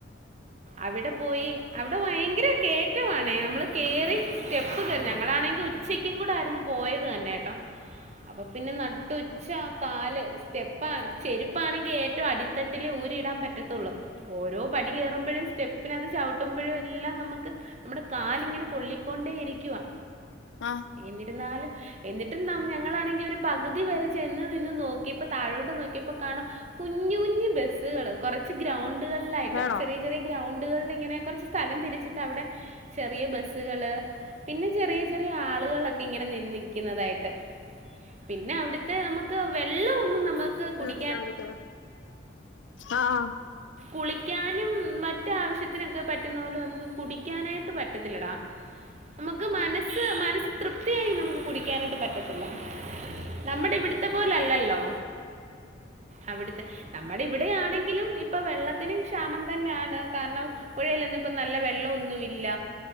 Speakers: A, on the left; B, on the right.
A: <inaudible>
B: അവിടെപ്പോയീ. അവിടെ വയങ്കര കേറ്റവാണേ, നമ്മള് കേറി സ്റ്റെപ്പ് കേറി, ഞങ്ങളാണെങ്കി ഉച്ചയ് ക്കിം കൂടെ ആയിരുന്നു പോയത് തന്നെ ട്ടോ. അപ്പൊ പിന്നെ നട്ടുച്ച കാല് സ്റ്റെപ്പ ചെരുപ്പാണെങ്കി ഏറ്റവും അടിത്തട്ടില് ഊരിയിടാൻ പറ്റത്തുള്ളൂ. ഓരോ പടി കയറുമ്പഴും സ്റ്റെപ്പിനത് ചവിട്ടുമ്പഴും എല്ലാം നമുക്ക് നമ്മുടെ കാലിങ്ങനെ പൊള്ളിക്കൊണ്ടേ ഇരിക്കുവാ
A: ആഹ്
B: എന്നിര്ന്നാലും. എന്നിട്ടും നം ഞങ്ങളാണെങ്കി ഒര് പകുതി വരെ ചെന്ന് നിന്ന് നോക്കിയപ്പോ താഴോട്ട് നോക്കിയപ്പോ പ്പ കാണ കുഞ്ഞു കുഞ്ഞു ബസ് സ്സ്കള് കൊറച്ച് ഗ്രൗണ്ടുകളിലായിട്ട്
A: വേണോ
B: ചെറിയ, ചെറിയ ഗ്രൗണ്ടുകൾള്ങ്ങനെ കൊറച്ച് സ്ഥലം തിരിച്ചിട്ട് അവടെ ചെറിയ ബെസ്സ്കള്, പിന്നെ ചെറിയ ചെറിയ ആള്കളൊക്കെ ഇങ്ങനെ നി നിയ്ക്ക്ന്നത്. ആയിട്ട്. പിന്നെ അവിടുത്തെ അമ്മക്ക് വെള്ളഒന്നും നമ്മക്ക് കുടി
A: <unintelligible> ആഹ് ആഹ്
B: കുളിക്കാനും മറ്റ ആവശ്യത്തിനൊക്കെ പറ്റുന്ന പോലെ നമുക്ക് കുടിക്കാനായിട്ട് പറ്റത്തില്ലടാ നമ്മക്ക് മനസ്സ് മനസ്സ് തൃപ്തിയായി നമുക്ക് കുടിക്കാനായിട്ട് പറ്റത്തില്ല നമ്മുടെ ഇവിട്‌ത്തെ പോലെയല്ലല്ലോ അവിടുത്തെ, നമ്മടെ ഇവിടെയാണെങ്കിലും ഇപ്പൊ വെള്ളത്തിനും ക്ഷാമം തന്നെയാണ്, കാര്ണം. പുഴയിലൊന്നും ഇപ്പൊ നല്ല വെള്ളം ഒന്നു ഇല്ല